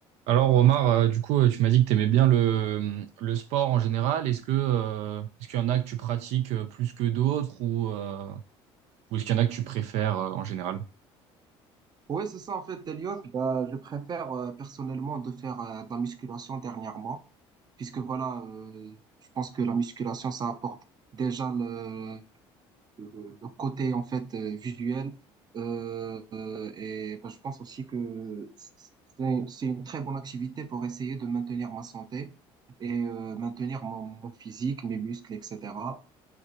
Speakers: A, on the right; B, on the right.
A: Alors Omar, euh, du coup, euh, tu m'as dit que tu aimais bien le, le sport en général. Est-ce que euh, est-ce qu'il y en a que tu pratiques euh, plus que d'autres ou, euh, ou est-ce qu'il y en a que tu préfères euh, en général?
B: Oui, c'est ça, en fait, Elliot. Bah, je préfère euh, personnellement de faire euh, de la musculation dernièrement, puisque voilà, euh, je pense que la musculation, ça apporte déjà le, le, le côté en fait euh, visuel. Euh, euh, et bah, je pense aussi que c'est, c'est une très bonne activité pour essayer de maintenir ma santé et euh, maintenir mon, mon physique, mes muscles, etc.